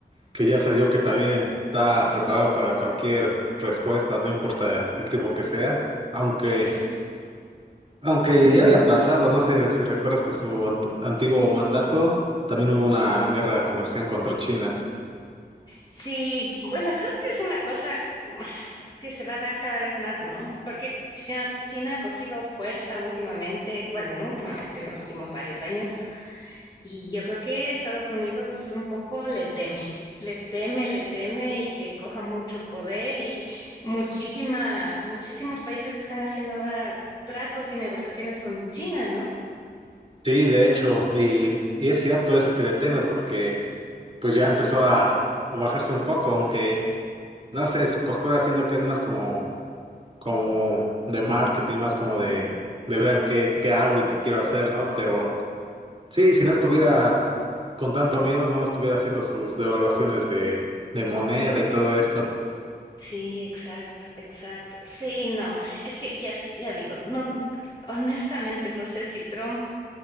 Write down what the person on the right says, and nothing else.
que ya salió que también está preparado para cualquier respuesta, no importa el tipo que sea, aunque,
aunque ya había pasado, no sé si recuerdas que su ant- antiguo mandato también hubo una guerra comercial contra China.
Sí, de hecho, y, y es cierto eso que le teme porque... pues ya empezó a, a bajarse un poco, aunque no sé, su postura siento que es más como, como de marketing, más como de, de vean qué, qué hago y qué quiero hacer, ¿no? Pero sí, si no estuviera con tanto miedo, no estuviera haciendo sus devaluaciones de, de moneda y todo esto.